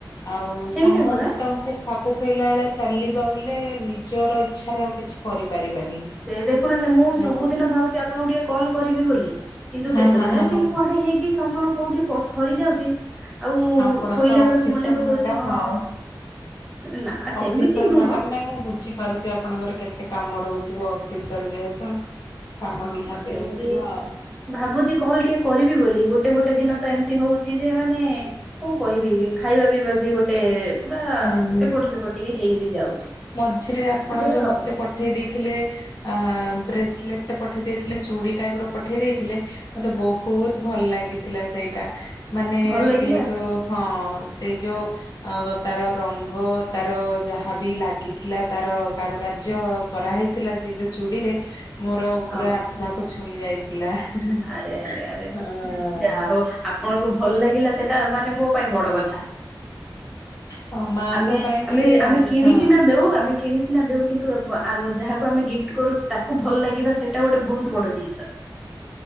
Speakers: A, on the left; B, in the centre.
A: ଆଉ
B: ସେଇଟା
A: ସମସ୍ତଙ୍କୁ
B: ପରା
A: ଖାପ ଖୁଆଇଲା ବଳିଆ ଚାଲିବା ବୋଲେ ନିଜର ଇଚ୍ଛାରେ ଆଉ କିଛି କରିପାରିବାନି।
B: ସେ ଦେଖୁନାହାନ୍ତି ମୁଁ
A: ହଁ
B: ସବୁଦିନ ଭାବୁଛି ଆପଣଙ୍କୁ ଟିକେ କଲ୍ କରିବି ବୋଲି। କିନ୍ତୁ
A: ହଁ
B: କେତେବେଳେ
A: ହଁ ହଁ
B: ଆସିକି
A: ହଁ
B: କୁଆଡେ ହେଇକି ସମୟ କୋଉଠି ପ ସରିଯାଉଛି ଆଉ
A: ଆପଣ
B: ଶୋଇଲା
A: ତ ଅଫିସର
B: ବେଳକୁ ମନେ ପକଉଛି
A: ମ୍ୟାଡାମ
B: ହଁ।
A: ଆଉ।
B: ନା ସେମିତି
A: ଅଫିସର
B: ନୁହଁ
A: ମ୍ୟାଡାମ ନାଇଁ ମୁଁ ବୁଝିପାରୁଛି ଆପଣଙ୍କର କେତେ କାମ ରହୁଛି। ଥିବ ଅଫିସର ଯେହେତୁ। କାମ
B: ହଁ
A: ନିହାତି
B: ସେମିତି
A: ରହୁଥିବ ଆଉ।
B: ଭାବୁଛି କଲ ଟିକେ କରିବି ବୋଲି ଗୋଟେ ଗୋଟେ ଦିନ ତ ଏମିତି ହଉଛି ଯେ ମାନେ କଁ କହିବି କି ଖାଇବା ପିଇବା ବି ଗୋଟେ ପୁରା
A: ହୁଁ ହୁଁ।
B: ଏପଟ ସେପଟ ଟିକେ ହେଇ ବିି ଯାଉଛି।
A: ମଝିରେ ଆପଣ
B: ଏମିତି
A: ଯୋଉ
B: ଆଉ
A: ମତେ ପ ପଠେଇ ଦେଇଥିଲେ ଆ ବ୍ରେସଲେଟା ପଠେଇ ଦେଇଥିଲେ ଚୁଡ଼ି ଟାଇପ ର ପଠେଇ ଦେଇଥିଲେ ମତେ ବହୁତ ଭଲ ଲାଗିଥିଲା ସେଇଟା ମାନେ
B: ଭଲ ଲାଗିଲା
A: ସେଇ ଯୋଉ ହଁ ସେଇ ଯୋ ଅ ତାର ରଙ୍ଗ ତାର ଯାହାବି ଲା ଲାଗିଥିଲା ତାର କାରୁକାର୍ଯ୍ୟ କରାହେଇଥିଲା ସେ ଯୋଉ ଚୁଡିରେ ମୋର
B: ହଁ।
A: ପୁରା ତମକୁ ଛୁଇଁ ଯାଇଥିଲା ହଁ
B: ଆରେ ଆରେ ଆରେ ଯାହା ହଉ ଆପଣଙ୍କୁ ଭଲ ଲାଗିଲା ସେଇଟା ମାନେ ମ ପାଇଁ ବଡ କଥା
A: ହଁ ମାଙ୍କ
B: ଆମେ
A: ପାଇଁ ବି
B: ଆମେ
A: ରଙ୍ଗ
B: ଆମେ କିଣି
A: ହଁ
B: ସିନା ଦଉ ଆମେ କିଣି ସିନା ଦେଉ କିନ୍ତୁ ବ୍ ଆ ଯାହାକୁ ଆମେ ଗିଫ୍ଟ କରୁ ତାକୁ ଭଲ ଲାଗିବା ସେ ଟା ଗୋଟେ ବହୁତ ବଡ ଜିନସ୍ ଯେ।